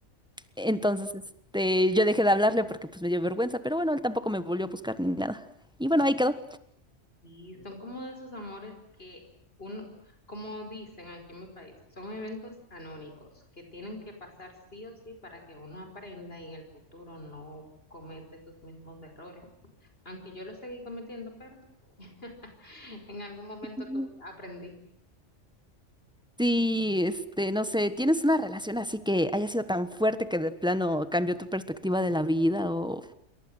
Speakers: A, in the centre; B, on the left (about 50°).
A: Entonces, este, yo dejé de hablarle porque pues me dio vergüenza, pero bueno, él tampoco me volvió a buscar ni nada. Y bueno, ahí quedó.
B: Y son como de esos amores que uno, como dicen aquí en mi país, son eventos canónicos que tienen que pasar sí o sí para que uno aprenda y en el futuro no comete esos mismos errores. Aunque yo lo seguí cometiendo, pero <laughs> en algún momento
A: Ujú.
B: tu- aprendí.
A: Sí, este, no sé, ¿tienes una relación así que haya sido tan fuerte que de plano cambió tu perspectiva de la vida o,